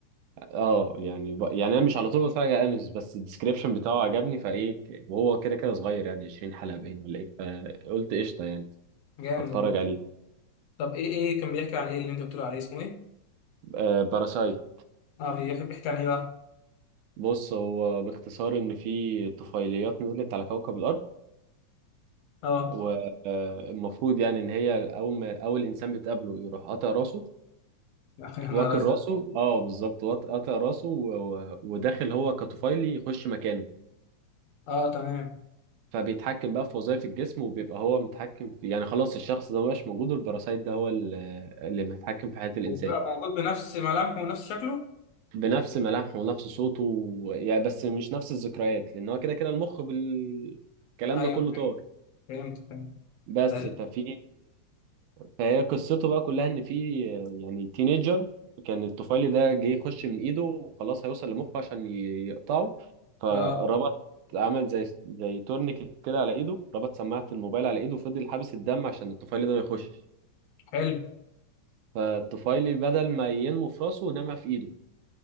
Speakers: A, on the right; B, on the left.
A: اه يعني ب... يعني انا مش على طول بتفرج على انميز بس الديسكريبشن بتاعه عجبني فايه ك- وهو كده كده صغير يعني 20 حلقة باين ولا ايه فقلت قشطة يعني
B: جامد
A: هتفرج
B: والله
A: عليه
B: طب ايه ايه كان بيحكي عن ايه اللي انت بتقول عليه اسمه ايه
A: آه باراسايت
B: اه بيحب يحكي عن ايه بقى
A: بص هو باختصار ان في طفيليات نزلت على كوكب الارض
B: اه
A: والمفروض يعني ان هي اول ما اول انسان بتقابله يروح قاطع راسه
B: يا اخي انا
A: واكل
B: رزق
A: راسه اه بالظبط وات- قاطع راسه و... و- وداخل هو كطفيلي يخش مكانه
B: اه تمام
A: فبيتحكم بقى في وظائف الجسم وبيبقى هو متحكم في يعني خلاص الشخص ده مبقاش موجود والباراسايت ده هو ال- اللي متحكم في حياة الإنسان
B: وبقى موجود بنفس ملامحه ونفس شكله
A: بنفس ملامحه ونفس صوته و- يعني بس مش نفس الذكريات لأن هو كده كده المخ بالكلام
B: ايوه
A: ده كله طار
B: فهمت فهمت
A: بس
B: لذيذ.
A: ففي فهي قصته بقى كلها ان في يعني تينيجر كان الطفيلي ده جه يخش من ايده وخلاص هيوصل لمخه عشان ي- يقطعه فربط
B: اه
A: عمل زي زي تورنيكت كده على ايده ربط سماعة الموبايل على ايده وفضل حابس الدم عشان الطفيلي ده ما يخشش
B: حلو
A: فالطفيلي بدل ما ينمو في راسه نما في ايده